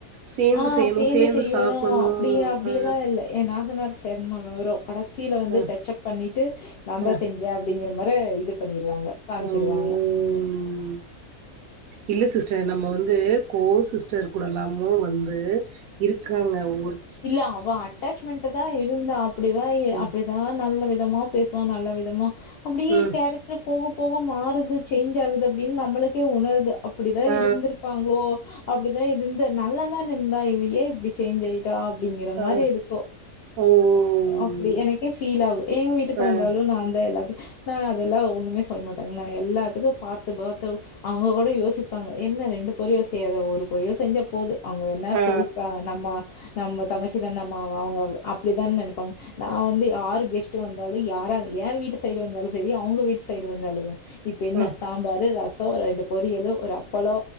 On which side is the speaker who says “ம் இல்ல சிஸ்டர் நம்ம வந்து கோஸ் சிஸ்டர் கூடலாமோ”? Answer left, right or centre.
Right